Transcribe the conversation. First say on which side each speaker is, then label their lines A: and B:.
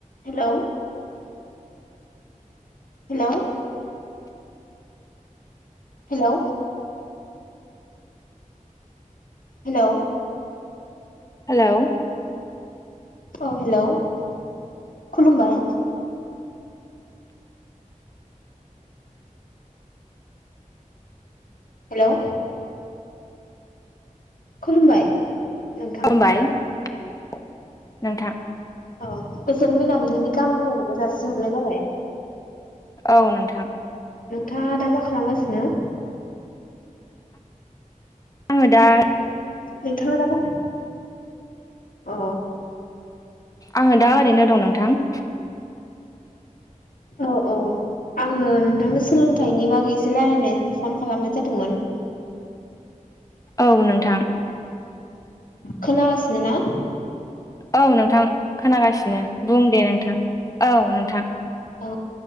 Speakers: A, on the left; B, on the left.
A: Hello. Hello. Hello. Hello.
B: Hello.
A: औ hello <inaudible> खुलुमबाय। Hello खुलुमबाय नोंथां
B: खुलुमबाय नोंथां
A: औ गोजोन मोनाबिलिनि गाहाम हामलायनायखौ जासिहरनाय जाबाय
B: औ नोंथां
A: नोंथाङा दा मा खालामगासिनो
B: आङो दा
A: नोंथाङा दाबो ओ
B: आङो दा ओरैनो दं नोंथां
A: औ औ आङो नोंथांनो सोलोंथाइनि बागै एसे रायज्लायनो फन खालामनाय जादोंमोन
B: औ नोंथां
A: खोनाासनो ना
B: औ नोंथां खोनागासिनो बुं दे नोंथां औ नोंथां
A: औ